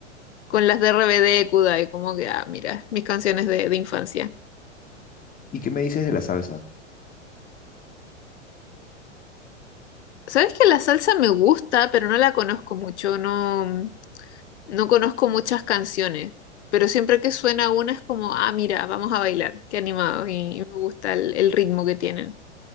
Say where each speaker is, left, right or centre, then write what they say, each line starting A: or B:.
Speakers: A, on the left (about 60°); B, on the left (about 20°).
A: con las de RBD, Kudai, como que, ah, mira, mis canciones de de infancia.
B: ¿Y qué me dices de la salsa?
A: Sabes que la salsa me gusta, pero no la conozco mucho, no, no conozco muchas canciones, pero siempre que suena una es como, ah, mira, vamos a bailar, qué animado, y, y me gusta el, el ritmo que tienen.